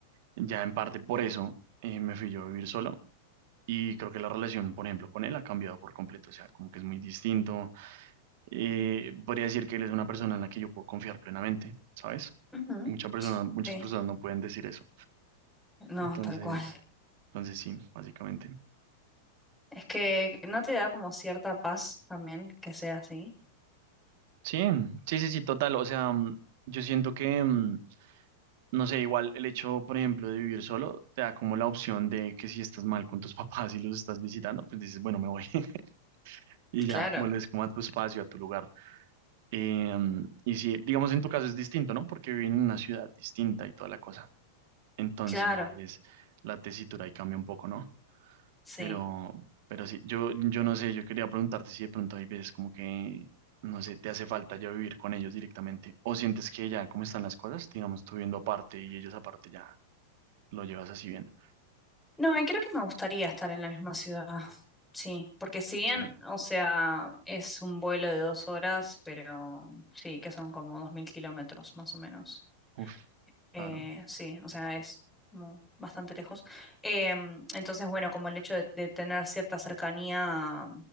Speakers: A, on the right; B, in the centre.
A: ya en parte por eso eh, me fui yo a vivir solo. Y creo que la relación, por ejemplo, con él ha cambiado por completo, o sea, como que es muy distinto. Eh, podría decir que él es una persona en la que yo puedo confiar plenamente, ¿sabes?
B: Ujú.
A: Y muchas personas, muchas
B: Sí.
A: personas no pueden decir eso.
B: No,
A: Entonces,
B: tal cual.
A: entonces sí, básicamente.
B: Es que no te da como cierta paz también que sea así.
A: Sí, sí, sí, sí, total. O sea, mm, yo siento que, mm, no sé, igual el hecho, por ejemplo, de vivir solo, te da como la opción de que si estás mal con tus <laughs> papás y los estás visitando, pues dices, bueno, me voy <laughs> y ya
B: Claro.
A: vuelves como a tu espacio, a tu lugar. Eh, mm, y sí, digamos, en tu caso es distinto, ¿no? Porque viven en una ciudad distinta y toda la cosa. Entonces,
B: Claro,
A: la tesitura ahí cambia un poco, ¿no?
B: sí.
A: Pero, pero sí, yo, yo no sé, yo quería preguntarte si de pronto hay veces como que, no sé, te hace falta ya vivir con ellos directamente, o sientes que ya, ¿cómo están las cosas? Digamos, tú viviendo aparte y ellos aparte ya, lo llevas así bien.
B: No, y creo que me gustaría estar en la misma ciudad. Sí, porque si bien,
A: Sí.
B: o sea, es un vuelo de dos horas, pero sí, que son como dos mil kilómetros más o menos.
A: Uf,
B: Eh,
A: claro.
B: sí, o sea, es como bastante lejos. Em, entonces, bueno, como el hecho de, de tener cierta cercanía,